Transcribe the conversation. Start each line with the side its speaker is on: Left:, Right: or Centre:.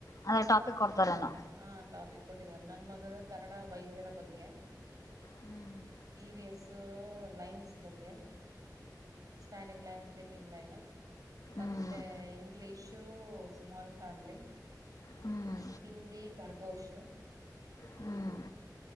Left: ಅದೇ ಟಾಪಿಕ್ ಕೊಡ್ತಾರೆ ಏನೊ
Right: ಹಾಂ ಟಾಪಿಕ್ ಕೊಟ್ಟಿದ್ದಾರೆ ನನ್ ಮಗಗ ಕನ್ನಡ ವೈದ್ಯರ ಬಗ್ಗೆ
Left: ಹ್ಮ್
Right: ಇ ವಿ ಎಸ್ಸು ಲೈನ್ಸ್ ಬಗ್ಗೆ ಸ್ಟ್ಯಾಂಡಿಂಗ್ ಲೈನ್ ಸ್ಲೀಪಿಂಗ್ ಲೈನ್ನು ಮತ್ತೆ
Left: ಹ್ಮ್
Right: ಇಂಗ್ಲಿಷು ಸ್ಮಾಲ್ ಫ್ಯಾಮಿಲಿ
Left: ಹ್ಮ್
Right: ಹಿಂದಿ ಖರ್ಗೋಶ್
Left: ಹ್ಮ್